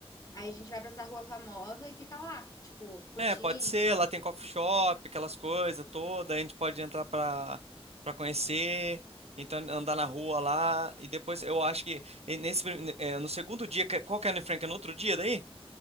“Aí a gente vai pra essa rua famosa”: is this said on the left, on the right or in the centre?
Left